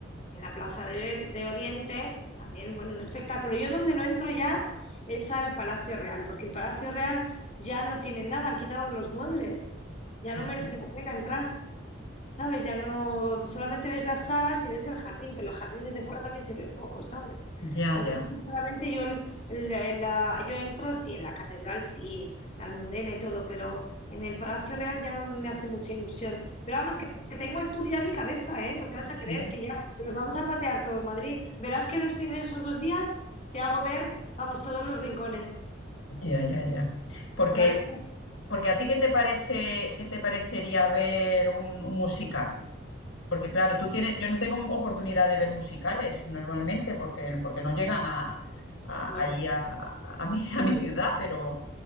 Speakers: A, on the left (about 35°); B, on the left (about 85°).
A: en la Plaza de, Ori- de Oriente, también, bueno, un espectáculo. Yo donde no entro ya es al Palacio Real, porque el Palacio Real ya no tiene nada, han quitado los muebles, ya
B: Así.
A: no merece la pena entrar. ¿sabes? Ya no, solamente ves las salas y ves el jardín, pero el jardín desde fuera también se ve un poco, ¿sabes?
B: Ya,
A: Así
B: ya.
A: que sinceramente yo, el- el- el- la- yo entro, sí, en la catedral, sí, la Almudena y todo, pero en el Palacio Real ya no me hace mucha ilusión. Pero vamos, que, que tengo el tour ya en mi cabeza, ¿eh? No te vas a
B: Sí,
A: creer que ya que nos vamos a patear todo Madrid. Verás que en el fin de esos dos días te hago ver, vamos, todos los rincones.
B: ya, ya, ya. Porque,
A: Frank,
B: porque a ti qué te parece, qué te parecería ver un, un musical? Porque claro, tú tienes, yo no tengo oportunidad de ver musicales normalmente, porque, porque no llegan a, a-
A: Pues
B: allí a, a mi, <laughs> a
A: mira,
B: mi ciudad, pero